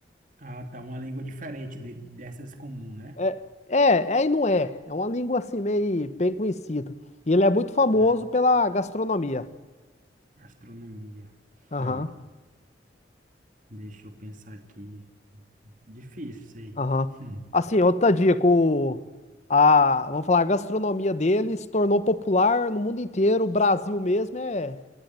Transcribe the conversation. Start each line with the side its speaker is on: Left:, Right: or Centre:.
Right: Ah, tá. Uma língua diferente de- dessas comum, né?
Left: É, é, é e não é. É uma língua assim meio bem conhecida. E ele é muito famoso
Right: É.
Left: pela gastronomia.
Right: Gastronomia.
Left: Aham,
Right: Tá. Deixa eu pensar aqui. Difícil, sei.
Left: aham.
Right: <laughs>
Left: Assim, outra dica, o, a, vamos falar, a gastronomia dele se tornou popular no mundo inteiro. O Brasil mesmo é.